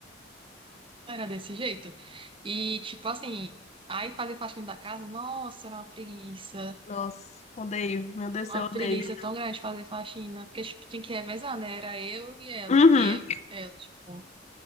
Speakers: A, on the right; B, on the left.
A: era desse jeito. E, tipo assim, aí fazer faxina da casa, nossa, era uma preguiça.
B: Nossa, odeio. Meu Deus
A: Uma
B: do céu, odeio.
A: preguiça tão grande fazer faxina. Porque, tipo, tinha que revezar, né? Era eu e ela.
B: Uhum.
A: Eu, ela, tipo.